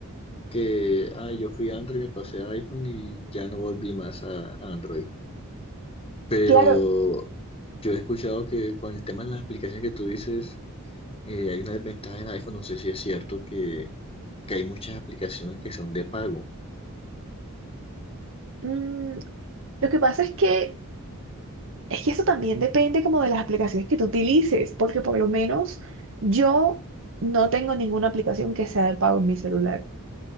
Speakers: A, on the left (about 25°); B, on the right (about 60°).
A: que ah, yo fui a Android, me pasé a iPhone y ya no volví más a a Android. Pero
B: Claro.
A: yo he escuchado que con el tema de las aplicaciones que tú dices, eh, hay una desventaja en iPhone. No sé si es cierto que, que hay muchas aplicaciones que son de pago.
B: mm, Lo que pasa es que, es que eso también depende como de las aplicaciones que tú utilices, porque por lo menos yo no tengo ninguna aplicación que sea de pago en mi celular.